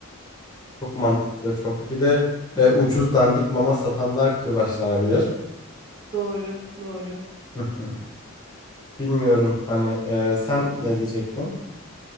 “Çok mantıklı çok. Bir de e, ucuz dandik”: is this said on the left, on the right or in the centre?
Left